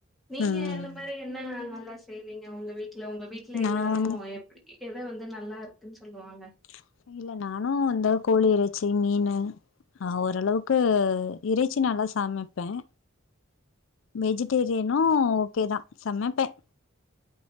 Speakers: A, in the centre; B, on the left.
A: நீங்க
B: ம்
A: இந்த மாரி என்னங் செய்வீங்க உங்க வீட் இல்ல உங்க வீட்ல
B: நா
A: எல்லாரும்
B: வந்து
A: எப்படி எதை வந்து நல்லா இருக்குன்னு சொல்லுவாங்க
B: ச் இல்ல நானும் வந்த கோழி இறைச்சி மீனு அஹ் ஓரளவுக்கு இறைச்சி நல்லா சமைப்பேன் மேஜிட் தெரியணும் ஓகேதான் சமைப்பேன்